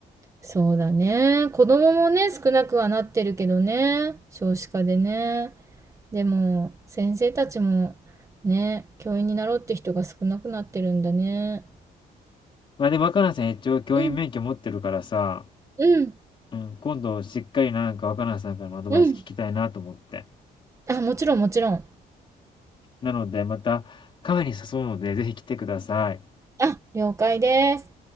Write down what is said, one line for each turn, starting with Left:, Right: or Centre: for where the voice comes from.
Right: そうだね。子供もね、少なくはなってるけどね。少子化でね。でも、先生たちもね、教員になろうって人が少なくなってるんだね。
Left: ま、でも若菜さん一応教員免許持ってるからさ、
Right: うん、うん、
Left: うん、今度しっかりなんか若菜さんからのアドバイス聞きたいなと思って。
Right: うん。あ、もちろんもちろん。
Left: なのでまたカフェに誘うので、ぜひ来てください。
Right: あ、了解です。